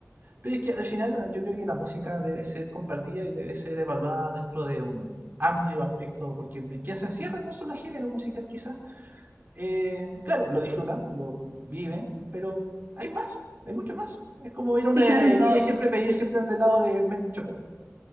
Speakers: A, on the right (about 40°); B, on the right (about 60°).
A: Pero es que al final eh, yo creo que la música debe ser compartida y debe ser evaluada dentro de un amplio aspecto, porque me- quien se encierra en un solo género musical quizá, eh, claro, lo disfruta, lo vive, pero hay más, hay mucho más. Es como ir a una
B: Sí, claro,
A: heladería
B: y todo.
A: y siempre pedir siempre el helado de menta chocolate.